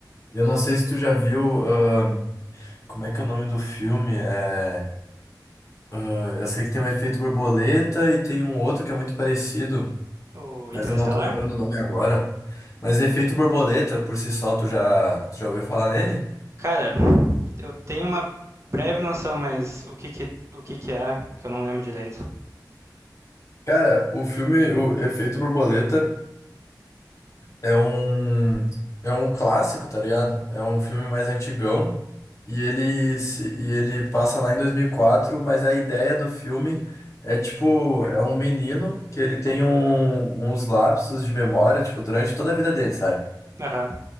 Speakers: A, on the left; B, on the right.
A: Eu não sei se tu já viu, ahn, como é que é o nome do filme? É, ah, eu sei que tem o Efeito Borboleta e tem um outro que é muito parecido.
B: O
A: Mas
B: Interestelar?
A: eu não tô lembrando o nome agora. Mas Efeito Borboleta, por si só, tu já, tu já ouviu falar nele?
B: Cara, eu tenho uma breve noção, mas o que que, o que que é, que eu não lembro direito.
A: Cara, o filme, o Efeito Borboleta é um é um clássico, tá ligado? É um filme mais antigão e ele se- e ele passa lá em 2004. mas a ideia do filme é tipo, é um menino que ele tem um- uns lapsos de memória, tipo, durante toda a vida dele, sabe?
B: Aham,